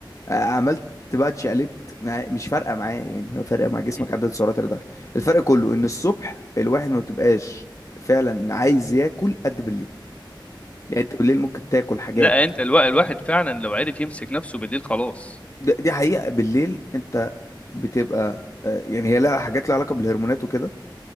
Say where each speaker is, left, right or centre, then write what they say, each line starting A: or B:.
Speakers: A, on the left; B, on the left.
A: آه، عملت بقى اتشقلبت مع- مش فارقه معاه يعني هو فارقه مع جسمك
B: إمم.
A: عدد السعرات اللي دخل الفرق كله ان الصبح الواحد ما بتبقاش فعلا عايز ياكل قد بالليل يعني انت بالليل ممكن تاكل حاجات
B: لا انت الوا... الواحد فعلا لو عرف يمسك نفسه بالليل خلاص
A: د- دي حقيقه بالليل انت بتبقى آه، يعني هي لها حاجات لها علاقه بالهرمونات وكده